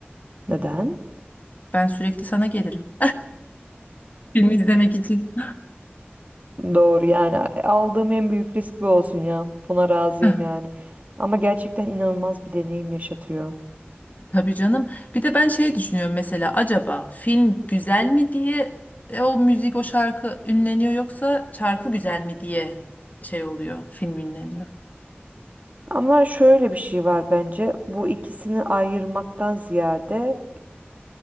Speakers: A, on the right; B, on the left.
A: Neden?
B: Ben sürekli sana gelirim. <laughs> Film izlemek için.
A: Doğru yani aldığım en büyük risk bu olsun ya. Buna razıyım
B: <laughs>
A: yani. Ama gerçekten inanılmaz bir deneyim yaşatıyor.
B: Tabii canım. Bir de ben şey düşünüyorum mesela acaba film güzel mi diye e, o müzik o şarkı ünleniyor yoksa şarkı güzel mi diye şey oluyor film ünleniyor.
A: Ama şöyle bir şey var bence. Bu ikisini ayırmaktan ziyade